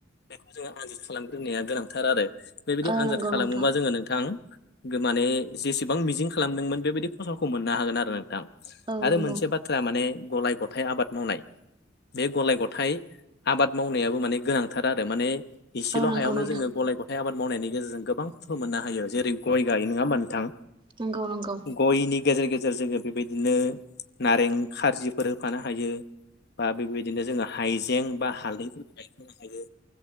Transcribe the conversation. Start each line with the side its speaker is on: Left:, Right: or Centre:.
Left: बेखौ जोङो आनजाद खालामग्रोनाया गोनांथार आरो बेबायदि
Right: औ
Left: आनजाद
Right: नंगौ
Left: खालामोबा
Right: नोंथां
Left: जोङो नोंथां गो माने जेसेबां मिजिं खालामदोंमोन बेबायदि फसलखौ मोननो हागोन आरो नोंथां
Right: औ
Left: आरो
Right: नंगौ
Left: मोनसे बा थ्रा माने गलाय गथाय आबाद मावनाय। बे गलाय गथाइ आबाद मावनायाबो माने गोनांथार आरो माने इसेल'
Right: औ नंगौ
Left: हायावनो
Right: नोंथां
Left: जोङो गलाय ग थाय आबाद मावनायनि गेजेरजों गोबां <unintelligible> मोननो हायो जेरै गय गायो नङा होमबा नोंथां।
Right: नंगौ नंगौ।
Left: गयनि गेजेर गेजेर जोङो बेबायदिनो नारें खारजिफोर होफानो हायो। बा बेबायदिनो जोङो हाइजें बा हालदै नो हायो